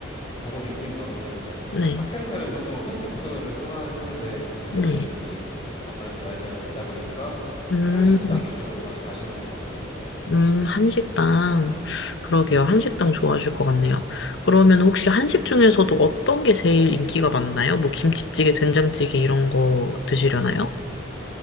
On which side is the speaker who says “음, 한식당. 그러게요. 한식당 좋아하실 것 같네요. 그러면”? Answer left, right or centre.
Left